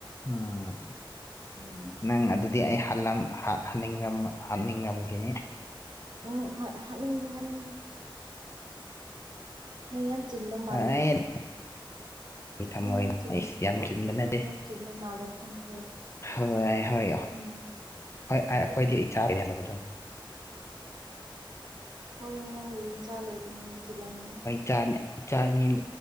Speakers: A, on the left (about 30°); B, on the right (about 55°).
A: ꯎꯝ
B: ꯎꯝ
A: ꯅꯪ ꯑꯗꯨꯗꯤ ꯑꯩ ꯍꯜꯂꯝ ꯍ ꯍꯅꯤꯡꯉ ꯍꯥꯅꯤꯡꯉꯝꯈꯤꯅꯤ
B: ꯎꯝ ꯍꯣꯢ ꯍꯥꯠꯅꯤꯡꯗꯤ ꯍꯥꯠꯅꯤꯡꯉꯤ ꯅꯪ ꯌꯥꯝ ꯆꯤꯟꯕ ꯃꯥꯜꯂꯦꯅ
A: ꯑꯩ
B: ꯈꯟ
A: ꯊꯝꯃꯣꯏ
B: ꯅꯪ ꯌꯥꯝ ꯆꯤꯟ
A: ꯑꯩꯁ ꯌꯥꯝ ꯆꯤꯟꯕ ꯅꯠꯇꯦ
B: ꯅꯪ ꯌꯥꯝ ꯆꯤꯟꯕ ꯃꯥꯜꯂꯦ ꯈꯟꯈ꯭ꯔꯦ
A: ꯍꯣꯏ ꯍꯣꯏ ꯍꯣꯏ
B: ꯎꯝ
A: ꯑꯥꯏ ꯑꯩꯈꯣꯏꯗꯤ
B: ꯍꯥꯏꯗꯤ
A: ꯑꯩ ꯆꯥ ꯕꯗꯣ
B: ꯍꯣꯏꯅꯦ ꯅꯪꯕꯨꯗꯤ ꯃꯆꯥ ꯂꯩꯕꯅꯤ ꯆꯤꯜꯂꯝꯒꯅꯤ
A: ꯆꯅꯤ